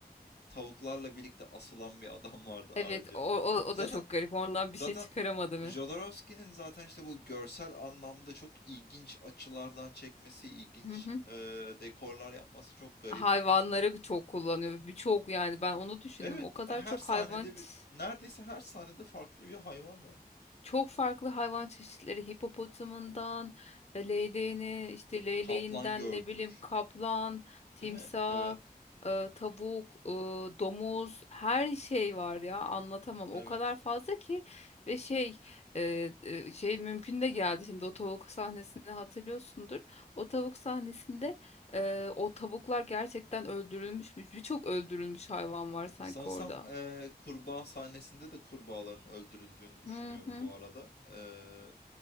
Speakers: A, on the left; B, on the left.
A: tavuklarla birlikte asılan bir adam <laughs> vardı
B: Evet
A: ağaca.
B: o, o, o
A: Zaten
B: da çok garip. Ondan bir
A: zaten
B: şey çıkaramadı mı?
A: Jodorowsky'nin zaten işte bu görsel anlamda çok ilginç açılardan çekmesi, ilginç
B: Hı hı.
A: eee, dekorlar yapması çok garip.
B: Hayvanları çok kullanıyor. Birçok yani ben onu düşündüm.
A: Evet,
B: O kadar
A: değil mi? Her
B: çok
A: sahnede
B: hayvan
A: bir
B: ç-
A: neredeyse her sahnede farklı bir hayvan var.
B: Çok farklı hayvan çeşitleri hipopotamından e, leyleğine işte leyleğinden
A: Kaplan gördük,
B: ne bileyim kaplan, timsah,
A: değil mi? Evet,
B: e, tavuk, e, domuz her şey var ya anlatamam. O
A: evet.
B: kadar fazla ki ve şey e, e, şey mümkün de geldi. Şimdi o tavuk sahnesini hatırlıyorsundur. O tavuk sahnesinde e, o tavuklar gerçekten öldürülmüş mü? Birçok öldürülmüş hayvan var sanki
A: Sanırsam
B: orada.
A: eee, kurbağa sahnesinde de kurbağaların öldürüldüğünü düşünüyorum
B: Hı hı.
A: bu arada. Eee,